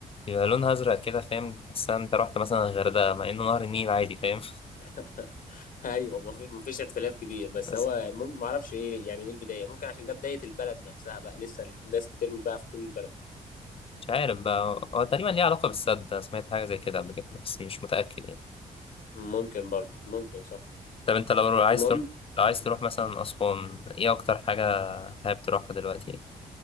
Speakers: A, on the left; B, on the left.
A: بيبقى لونها أزرق كده فاهم تحس إن أنت رحت مثلا الغردقة مع إنه نهر النيل عادي فاهم
B: <laughs> ايوه مفي- مفيش اختلاف كبير بس
A: بس
B: هو مم- معرفش ايه يعني ايه البدايه ممكن عشان ده بدايه البلد نفسها بقى لسه الناس بترمي بقى في طول البلد
A: مش عارف بقى هو تقريبا ليه علاقة بالسد أنا سمعت حاجة زي كده قبل كده بس مش متأكد يعني
B: ممكن برضو ممكن صح
A: طب أنت لو عايز
B: المهم
A: تروح لو عايز تروح مثلا أسوان إيه أكتر حاجة حابب تروحها دلوقتي يعني؟